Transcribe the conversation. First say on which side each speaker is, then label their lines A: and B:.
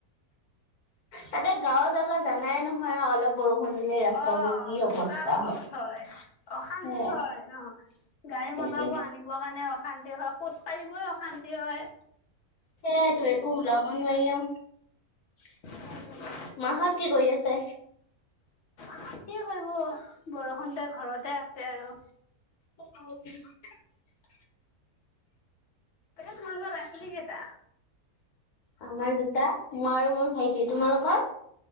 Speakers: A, on the left; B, on the left.
A: তাতে গাঁৱৰ জাগা জানাই নহয় আৰু অলপ বৰষুণ দিলে ৰাস্তাবোৰ
B: অঁ
A: কি
B: বোকা
A: অৱস্থা
B: বহুত হয়, অশান্তি
A: সেয়াই
B: হয় ন, গাড়ী-মটৰবোৰ
A: তাকে।
B: আনিব কাৰণে অশ শান্তি হয়, খোজ কাঢ়িবই অশান্তি হয়।
A: সেইয়াইটো একো ওলাবন নোৱাই আও
B: <unintelligible>
A: মাহঁত কি কৰি আছে?
B: মাহত কি কৰিব, বৰষুণ যে ঘৰতে আছে আৰু।
A: <unintelligible>
B: এ তোমালোকৰ ল'ৰা-ছোৱালী কেইটা?
A: আমাৰ দুটা, মই আৰু মোৰ ভাইটি, তোমালোকৰ?